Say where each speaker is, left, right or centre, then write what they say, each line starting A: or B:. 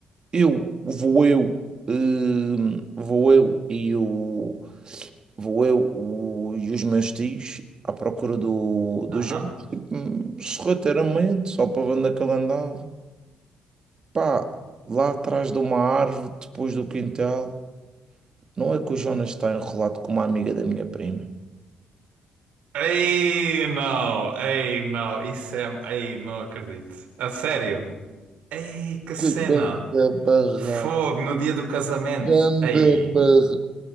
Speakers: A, on the right; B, on the right.
A: eu vou eu, hum, vou eu e o vou eu o- e os meus tios à procura do, do
B: Aham.
A: jogos, tipo, hum, sorrateiramente, só para ver onde é que ele andava. Pá, lá atrás de uma árvore, depois do quintal, não é que o Jonas está enrolado com uma amiga da minha prima.
B: Ei, não. Ei, não. Isso é... Ei, não acredito. A sério? Ei, que cena.
A: Que ganda barra,
B: Fogo no dia do casamento.
A: ganda
B: Ei.
A: barra.